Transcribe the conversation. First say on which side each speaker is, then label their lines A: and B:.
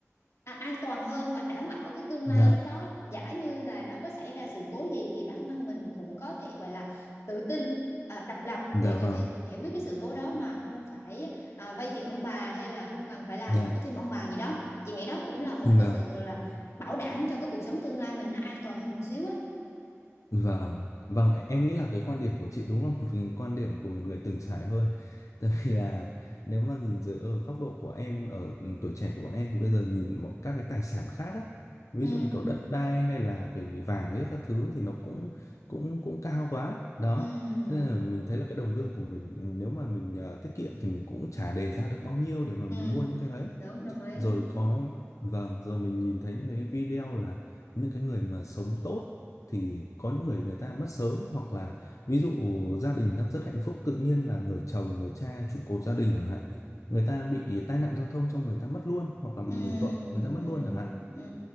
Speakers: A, on the left; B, on the left.
A: à, an toàn hơn và đảm bảo cái tương
B: dạ
A: lai lúc đó giả như là nó có xảy ra sự cố gì thì bản thân mình cũng có thể gọi là tự tin à, độc lập
B: dạ
A: để có
B: vâng
A: thể giải quyết cái sự cố đó mà không phải à, vay tiền ông bà hay là không cần phải làm
B: dạ
A: khổ thêm ông bà gì đó chị nghĩ đó cũng là một
B: vâng
A: cái sự là bảo đảm cho cái cuộc sống tương lai mình nó an toàn hơn một xíu á
B: Vâng, vâng, e, em nghĩ là cái quan điểm của chị đúng là một quan điểm của một người từng trải hơn. <laughs> Tại vì là nếu mà nhìn dưới ở góc độ của em ở ừ, tuổi trẻ của bọn em thì bây giờ nhìn một các cái tài sản khác á, ví
A: ừ,
B: dụ như kiểu đất đai hay là về vàng ấy các thứ thì nó cũng cũng cũng cao quá. Đó.
A: ừ,
B: Thế nên là mình thấy là cái đồng lương của mình ừ, nếu mà mình ờ, tiết kiệm thì mình cũng chả đề ra được bao nhiêu để mà
A: ừ,
B: mình mua những cái đấy
A: đúng đồng ý
B: rồi có vâng rồi mình nhìn thấy những cái video là những cái người mà sống tốt thì có những người người ta mất sớm hoặc là ví dụ gia đình đang rất hạnh phúc tự nhiên là người chồng người cha trụ cột gia đình chẳng hạn người ta bị tai nạn giao thông xong người ta mất luôn hoặc là
A: ừ,
B: một người vợ người ta mất
A: ừ,
B: luôn chẳng hạn
A: ừ,